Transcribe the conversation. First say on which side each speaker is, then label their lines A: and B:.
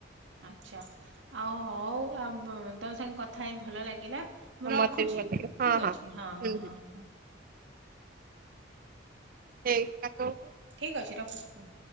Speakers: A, on the right; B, on the right.
A: ଆଚ୍ଛା ଆଉ ହଉ ଆ ତୋ ସାଙ୍ଗେ କଥା ହେଇ ଭଲ ଲାଗିଲା। ମୁଁ ରଖୁଛି
B: ମତେ ବି ଭଲ ଲାଗେ ହଁ
A: ଠିକ ଅଛି ହଁ
B: ହୁଁ
A: ହଁ
B: ହୁଁ
A: ହଁ ହଁ।
B: ସେଇ ତାକୁ
A: ଠିକ୍ ଅଛି ରଖୁଛି ହୁଁ।